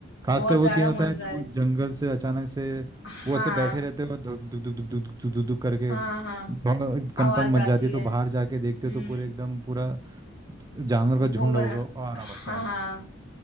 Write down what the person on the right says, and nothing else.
खासकर
वो
सीन होता
है ना जब वो
जंगल से अचानक से
वो ऐसे बैठे रहते हो धुक धुक धुक धुक धुक धुक धुक धुक करके
थोड़ा
कंपन
मच जाती
है तो
बाहर जाके
देखते हो तो पूरे एकदम पूरा जानवर का
झुंड
होगा आ रहा
होता है